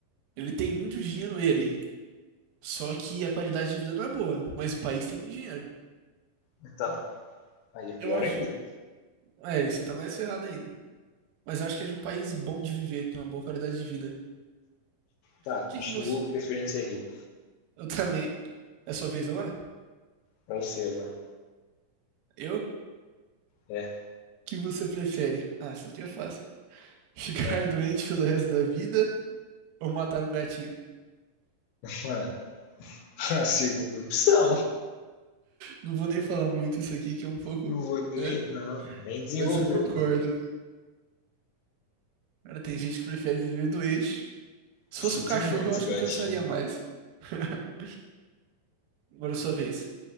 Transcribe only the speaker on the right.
ele tem muito dinheiro, ele. Só que a qualidade de vida não é boa, mas o país tem muito dinheiro.
Eu acho
É, e você tá mais ferrado ainda. Mas eu acho que é de um país bom de viver, com uma boa qualidade de vida.
O que
que você.
Eu também. É sua vez agora?
Eu? O
que você prefere? Ah, isso aqui é fácil. Ficar
<laughs> doente pelo resto da vida ou matar um gatinho?
Não vou nem falar muito isso aqui, que é um pouco.
né?
Mas eu concordo.
Cara, tem gente que prefere viver doente. Se
fosse um cachorro,
eu acho
que eu pensaria mais. <laughs> Agora é sua vez.